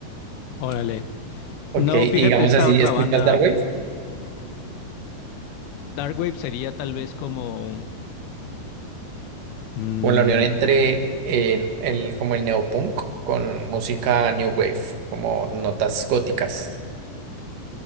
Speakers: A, on the left; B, on the right.
A: Órale.
B: <laughs> Ok,
A: No,
B: y
A: fíjate,
B: digamos
A: esta
B: así,
A: otra
B: ¿escuchas
A: banda,
B: Darkwave
A: Darkwave sería tal vez como... mm,
B: Como la unión entre eh, el, como el neopunk con música new wave, como notas góticas,